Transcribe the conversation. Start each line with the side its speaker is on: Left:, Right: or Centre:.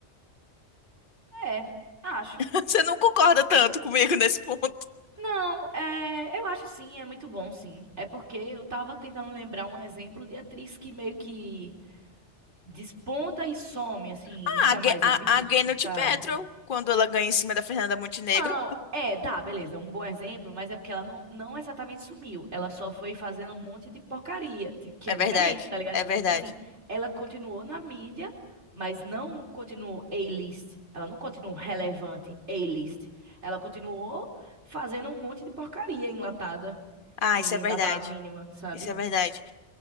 Right: É, acho.
Left: <laughs> Você não concorda tanto comigo nesse ponto.
Right: Não, é, eu acho sim, é muito bom, sim. É porque eu tava tentando lembrar um exemplo de atriz que meio que desponta e some, assim,
Left: Ah,
Right: nunca
Left: a, Ge-
Right: mais
Left: a,
Right: é vista,
Left: a Gwyneth
Right: sabe?
Left: Paltrow, quando ela ganha em cima da Fernanda Montenegro,
Right: Não, é, tá, beleza, um bom exemplo, mas é porque ela não, não exatamente sumiu. Ela só foi fazendo um monte de porcaria, tipo, que
Left: é
Right: é
Left: verdade.
Right: diferente, tá ligado?
Left: É verdade.
Right: Tipo assim, ela continuou na mídia, mas não continuou A-list. Ela não continuou relevante A-list. Ela continuou fazendo um monte de porcaria enlatada,
Left: Ah,
Right: que ninguém
Left: isso é verdade.
Right: dava a mínima, sabe?
Left: Isso é verdade.